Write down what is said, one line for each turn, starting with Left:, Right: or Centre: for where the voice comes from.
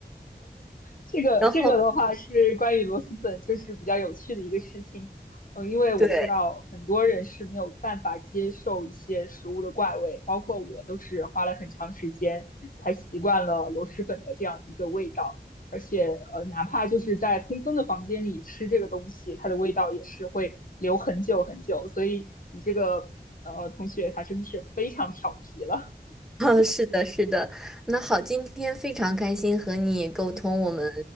Left: 这个这个的话是关于螺蛳粉，
Centre: 然后。
Left: 就是比较有趣的一个事情。嗯，因为我知道很多人是没有办法接受一些食物的怪味，
Centre: 对，<laughs>
Left: 包括我都是花了很长时间才习惯了螺蛳粉的这样一个味道。而且，呃，哪怕就是在通风的房间里吃这个东西，它的味道也是会留很久很久。所以你这个呃同学他真的是非常调皮了。
Centre: 嗯是的，是的。那好，今天非常开心和你沟通我们
Left: 嗯，